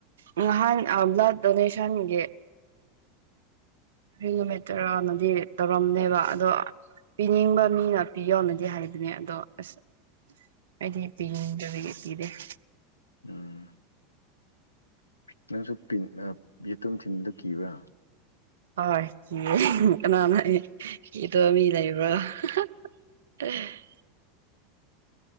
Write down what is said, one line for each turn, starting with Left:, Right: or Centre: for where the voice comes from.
Right: ꯉꯍꯥꯟ ꯕ꯭ꯂꯥꯠ ꯗꯣꯅꯦꯁꯟꯒꯤ <unintelligible> ꯇꯔꯥꯅꯗꯤ ꯇꯧꯔꯝꯅꯦꯕ ꯑꯗꯣ ꯄꯤꯅꯤꯡꯕ ꯃꯤꯅ ꯄꯤꯌꯣ ꯅꯗꯤ ꯍꯥꯏꯕꯅꯦ ꯑꯗꯣ ꯑꯁ ꯑꯩꯗꯤ ꯄꯤꯅꯤꯡꯗꯕꯤꯒꯤ ꯄꯤꯗꯦ <inaudible>
Left: ꯎꯝ ꯅꯪꯁꯨ ꯌꯦꯇꯨꯝ ꯊꯤꯟꯕꯗꯨ ꯀꯤꯕ꯭ꯔꯥ
Right: ꯍꯀꯏ ꯀꯤꯌꯦ ꯀꯅꯥꯅ ꯀꯤꯗꯕ ꯃꯤ ꯂꯩꯕ꯭ꯔꯣ ꯑ <unintelligible>